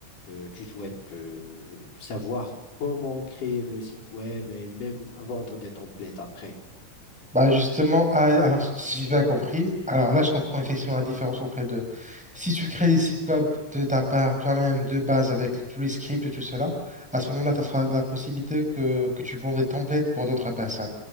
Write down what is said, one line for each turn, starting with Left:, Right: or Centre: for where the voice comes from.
Left: euh, tu souhaites euh, savoir comment créer le site web et même vendre des templates après?
Centre: Bah justement, ah, alors si si j'ai bien compris, alors là je comprends effectivement la différence entre les deux. Si tu crées des sites web de ta part toi-même de base avec tous les scripts et tout cela, à ce moment-là, tu auras la possibilité que, que tu vends des templates pour d'autres personnes.